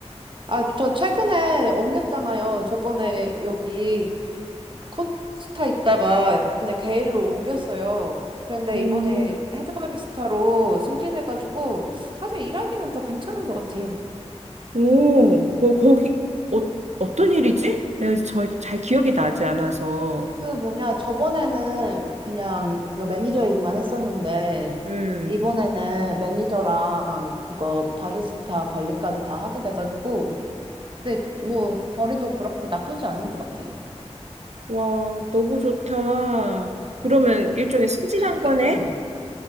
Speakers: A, on the right; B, on the right.
A: 아, 저 최근에 옮겼잖아요. 저번에 여기 코스타 있다가 이번에 게일로 옮겼어요. 그런데
B: 오,
A: 이번에 헤드 바리스타로 승진해가지고 사실 일하기는 더 괜찮은 것 같아요.
B: 오, 거, 거기, 어, 어떤 일이지? 내가 저, 잘 기억이 나지 않아서.
A: 그 뭐냐, 저번에는 그냥 그 매니저 일만 했었는데,
B: 음,
A: 이번에는 매니저랑 그거 바리스타 관리까지 다 하게 돼가지고, 근데 뭐 벌이도 그렇고 나쁘지 않은 것 같아요.
B: 와, 너무 좋다. 그러면 일종의 승진한 거네?
A: 그쵸? 렇죠 뭐.